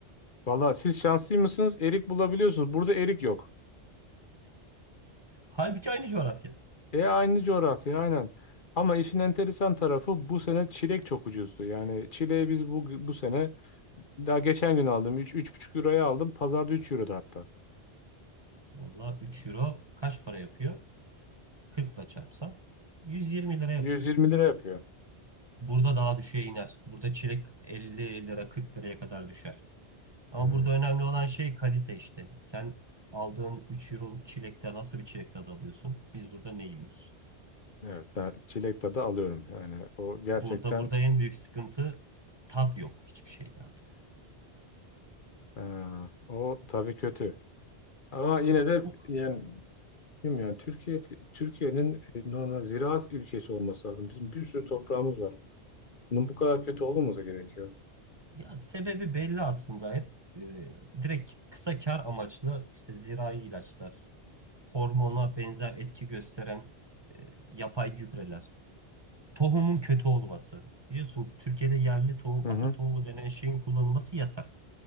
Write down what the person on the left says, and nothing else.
Valla siz şanslı mısınız? Erik bulabiliyorsunuz. Burada erik yok.
E aynı coğrafya aynen. Ama işin enteresan tarafı bu sene çilek çok ucuzdu. Yani çileği biz bu, bu sene daha geçen gün aldım. üç üç buçuk euroya aldım. Pazarda üç euroda hatta.
yüz yirmi lira yapıyor.
Hmm,
evet ben çilek tadı alıyorum. Yani o gerçekten
e, o tabii kötü. Ama yine de
yani bilmiyorum yani Türkiye Türkiye'nin e, normal ziraat ülkesi olması lazım. Bizim bir sürü toprağımız var. Bunun bu kadar kötü olmaması gerekiyor.
Hı
hı.